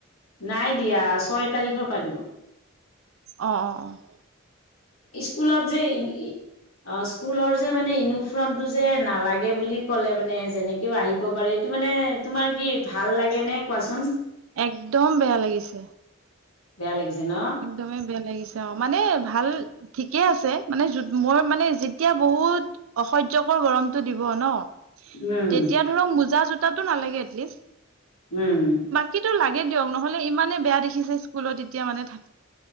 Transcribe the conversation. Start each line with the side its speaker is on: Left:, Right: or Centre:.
Left: নাই দিয়া ছয় তাৰিখৰ পৰা দিব।
Right: অঁ, অঁ, অঁ।
Left: স্কুলৰ যে ই ই অ' স্কুলৰ যে মানে ইউনিফৰ্মটো যে নালাগে বুলি ক'লে মানে যেনেকেও আহি ব পাৰে এইটো মানে তোমাৰ কি ভাল লাগে নে কোৱাচোন?
Right: একদম বেয়া লাগিছে।
Left: বেয়া লাগিছে ন?
Right: একদমেই বেয়া লাগিছে, অ' মানে ভাল ঠিকে আছে, মানে যো মই মানে তিয়া বহুত অসহ্যকৰ গৰমতটো দিব ন,
Left: উম
Right: তেতিয়া ধৰক মুজা জোত তাতো নালাগে এটলিষ্ট।
Left: উম।
Right: কিটো লাগে দিয়ক। নহ'লে ইমানেই বেয়া দেখিছে, স্কুলত এতিয়া মানে থা